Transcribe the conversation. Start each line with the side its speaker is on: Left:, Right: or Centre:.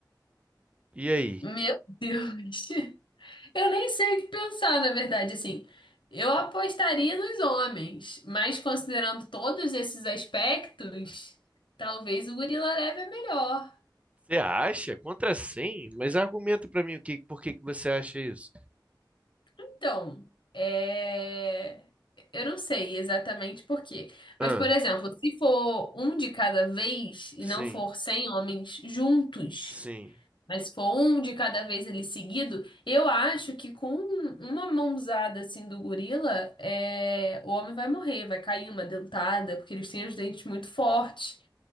Right: E aí?
Left: Meu Deus. <laughs> Eu nem sei o que pensar, na verdade, assim. Eu apostaria nos homens, mas considerando todos esses aspectos, talvez o gorila leve é melhor.
Right: Você acha? Contra 100? Mas argumenta pra mim o que, por que que você acha isso?
Left: Então, é... eu não sei exatamente por quê.
Right: Ah,
Left: Mas, por exemplo, se for um de cada vez e
Right: sim,
Left: não for 100 homens juntos,
Right: sim.
Left: mas se for um de cada vez ele seguido, eu acho que com uma mãozada assim do gorila, é... o homem vai morrer, vai cair uma dentada, porque eles têm os dentes muito fortes.